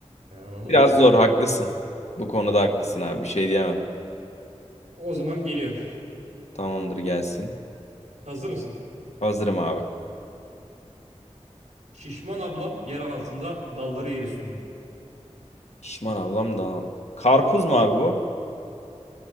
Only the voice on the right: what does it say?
Yani anladın
mı?
O zaman geliyor.
Hazır mısın?
Şişman ablam yer altında dalları yer üstünde.